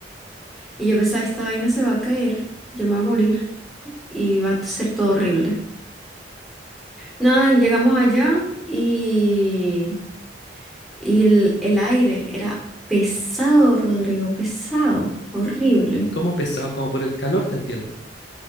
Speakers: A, in the centre; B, on the left.
A: y yo pensaba, esta vaina se va a caer, yo me voy a morir y va a ser todo horrible. Nada, llegamos allá y, y el, el aire era pesado, Rodrigo, pesado, horrible.
B: ¿Cómo pesado? Como por el calor, te entiendo.